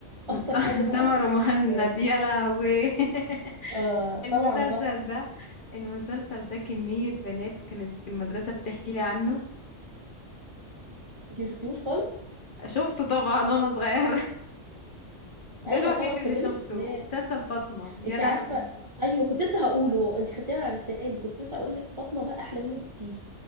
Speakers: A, on the left; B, on the right.
A: <laughs>
B: اكتر حاجه بقى
A: سمر مهند
B: آه
A: يا لهوي
B: آه،
A: <laughs> المسلسل
B: طبعا تحفه
A: ده المسلسل ده كمية بنات كانت في المدرسة بتحكي لي عنه
B: انتي مشفتيهوش خالص
A: شفته طبعا وانا صغيرة <laughs> ده
B: ايوه
A: الوحيد
B: طبعا كلنا
A: اللي شفته
B: شفناه
A: ومسلسل فاطمة يا
B: انتي
A: لهوي
B: عارفه ايوه كنت لسه هقوله انتي خدتيها على لساني كنت لسه هقول لك فاطمه بقى احلى منه بكتير